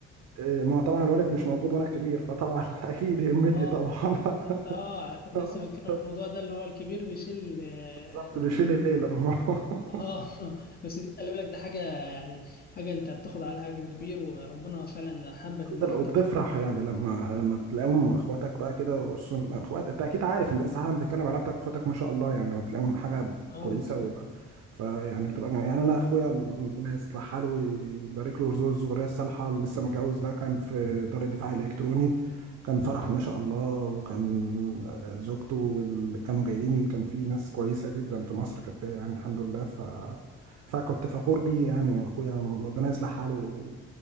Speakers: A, on the right; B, on the left.
A: إيه، ما هو طبعا الوالد مش موجود وانا كبير فطبعا <laughs> اكيد همتي
B: اه
A: طبعا
B: بالظبط
A: <laughs>
B: انت اه كنت
A: <laughs>
B: لسه بتكلم
A: آه،
B: عن الموضوع ده اللي هو الكبير بيشيل آه،
A: بالظبط بيشيل
B: ال...
A: الليلة <laughs> بقى.
B: اه <laughs> بس دي خلي بالك ده حاجه يعني حاجه انت بتاخد عليها اجر كبير وربنا فعلا حبك
A: الحمد
B: ان هو
A: لله
B: حطك
A: وبتفرح
B: في
A: يعني لما لما بتلاقيهم اخواتك بقى كده وخصوصا اخوات انت اكيد عارف انت لسه عارف بتتكلم علاقتك باخواتك ما شاء الله يعني لما بتلاقيهم حاجه
B: اه
A: كويسه
B: بالظبط
A: ويبقى فيعني بتبقى جميل. يعني انا اخويا ربنا يصلح حاله ويبارك له ويرزقه الذريه الصالحه اللي لسه متجوز ده كان في دار الدفاع الالكتروني كان فرح ما شاء الله وكان آه، زوجته واللي كانوا جايين كان في ناس كويسه جدا في مصر كانت جاية يعني الحمد لله ف فكنت فخور بيه يعني واخويا ربنا يصلح حاله